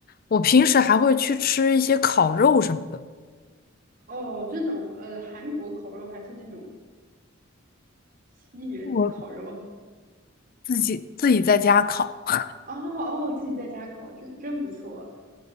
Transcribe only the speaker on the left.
我平时还会去吃一些烤肉什么的。
我自己自己在家烤。<laughs>